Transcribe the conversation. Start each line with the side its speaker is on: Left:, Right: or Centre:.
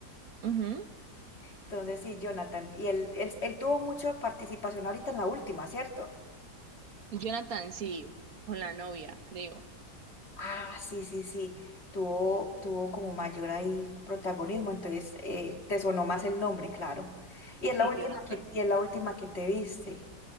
Right: Ujú.
Left: Entonces, sí, Jonathan. Y él, él, él tuvo mucha participación ahorita en la última, ¿cierto?
Right: Jonathan, sí. Con la novia, creo.
Left: Ah, sí, sí, sí. Tuvo, tuvo como mayor ahí protagonismo, entonces eh, te sonó más el nombre, claro. Y es
Right: Sí,
Left: la última
Right: Jonathan.
Left: que, y es la última que te viste.